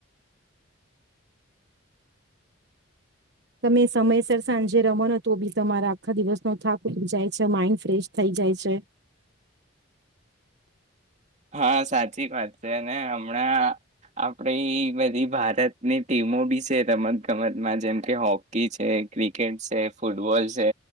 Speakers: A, on the right; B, on the right.
A: તમે સમયસર સાંજે રમનો તો બી તમારા આખા દિવસનોો થાક ઉલી જાય છે માઈન્ડ ફ્રેશ થઈ જાય છે
B: હા સાચી વાત છે અને હમણાં આપડી બધી ભારતની ટીમો બી છે રમત ગમતમાં જેમ કે હોકી છે ક્રિકેટ છે ફૂટબોલ છે